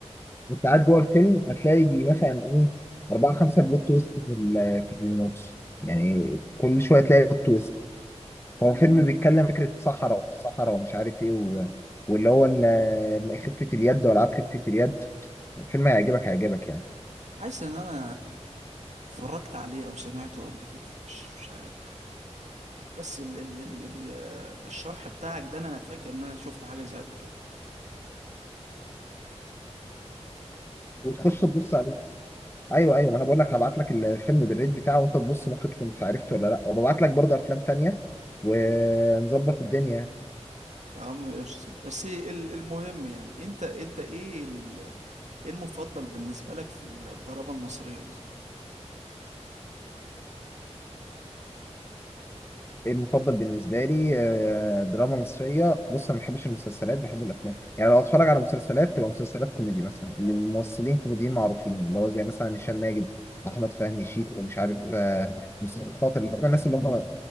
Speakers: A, on the left; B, on the right.
A: وانت قاعد جوه الفيلم هتلاقي يجي مثلا ايه اربعة خمسة بلوت تويست في ال- في النص يعني كل شوية تلاقي بلوت تويست هو
B: امم
A: فيلم بيتكلم فكرة صحراء والصحراء ومش عارف ايه و... واللي هو ال- خفة اليد والعاب خفة اليد الفيلم هيعجبك هيعجبك يعني
B: حاسس ان انا اتفرجت عليه او سمعته قبل كده مش مش عارف بس ال... ال... ال... ال- الشرح بتاعك ده انا فاكر ان انا شفت حاجه زي قبل كده
A: وتخش تبص عليه ايوه ايوه ما انا بقول لك هبعت لك الفيلم بالريت بتاعه وانت تبص ممكن تكون عرفته ولا لا وببعت لك برضه افلام تانية ونظبط الدنيا
B: يا عم قشطة بس ال- المهم يعني انت انت ايه ال- ايه المفضل بالنسبة لك في الدراما المصرية مثلا
A: المفضل بالنسبه لي آه، دراما مصريه بص انا ما بحبش المسلسلات بحب الافلام يعني لو اتفرج على مسلسلات تبقى مسلسلات كوميدي مثلا اللي الممثلين كوميديين معروفين اللي هو زي مثلا هشام ماجد احمد فهمي شيكو ومش عارف آه، مصطفى خاطر اللي هم الناس اللي هم